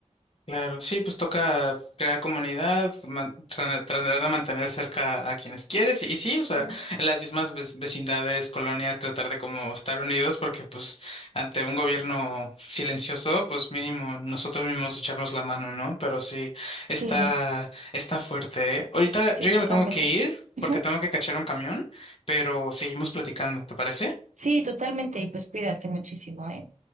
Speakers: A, on the left; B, on the right.
A: Claro, sí, pues toca crear comunidad, man- tra- tratar de mantener cerca a quienes quieres y, sí, o sea,
B: Mm,
A: en las mismas vec- vecindades, colonias, tratar de como estar unidos porque pues ante un gobierno silencioso, pues mínimo nosotros mismos echarnos la mano, ¿no? Pero sí,
B: Sí,
A: está, está fuerte, ¿eh? Ahorita
B: sí,
A: yo
B: totalmente.
A: ya me tengo que ir
B: Ujú.
A: porque tengo que cachar un camión, pero seguimos platicando, ¿te parece?
B: Sí, totalmente, y pues cuídate muchísimo, ¿eh?